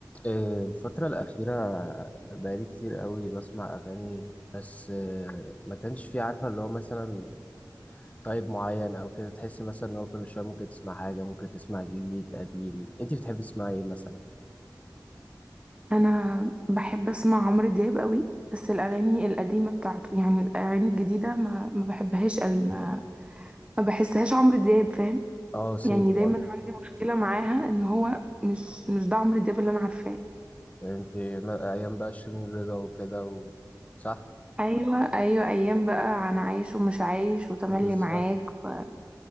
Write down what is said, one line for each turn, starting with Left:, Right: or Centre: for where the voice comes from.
Left: آه، الفترة الأخيرة بقالي كتير قوي بسمع أغاني بس آه، ما كانش في عارفة اللي هو مثلا طيب معين أو كده تحسي مثلا إن هو كل شوية ممكن تسمع حاجة ممكن تسمع جديد قديم أنت بتحبي تسمعي إيه مثلا؟
Right: انا بحب اسمع عمرو دياب قوي بس الاغاني القديمه بتاعته يعني الاغاني الجديده ما ما بحبهاش قوي ما ما بحسهاش عمرو دياب فاهم
Left: أه سيم
Right: يعني دايما
Left: برضه
Right: عندي مشكله معاها ان هو مش مش ده عمرو دياب اللي انا عارفاه
Left: أنت ما- أيام بقى شيرين رضا وكده و... صح؟
Right: ايوه ايوه ايام بقى انا عايش ومش عايش وتملي
Left: بالظبط
Right: معاك و-